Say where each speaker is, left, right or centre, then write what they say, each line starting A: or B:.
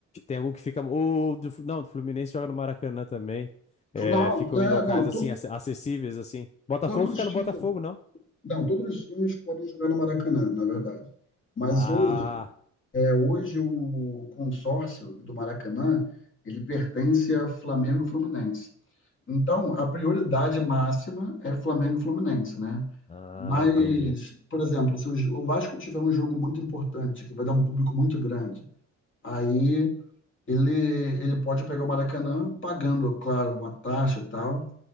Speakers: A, on the left; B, on the left.
A: tem algum que fica. O, do, Flu- não, do Fluminense joga no Maracanã também. É,
B: Não,
A: ficam
B: é,
A: em locais,
B: não, to-
A: assim, ac- acessíveis, assim. Botafogo
B: todos os
A: fica
B: times,
A: no Botafogo, não?
B: não, todos os times podem jogar no Maracanã, na verdade. Mas
A: Ah,
B: hoje, é, hoje o consórcio do Maracanã, ele pertence a Flamengo e Fluminense. Então, a prioridade máxima é Flamengo e Fluminense, né?
A: ah,
B: Mas,
A: entendi.
B: por exemplo, se o Ju- o Vasco tiver um jogo muito importante, que vai dar um público muito grande, aí ele, ele pode pegar o Maracanã pagando, claro, uma taxa e tal,